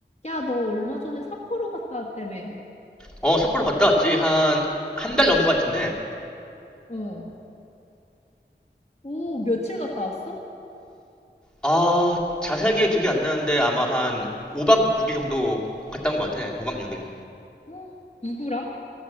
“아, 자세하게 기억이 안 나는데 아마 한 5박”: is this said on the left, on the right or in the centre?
Centre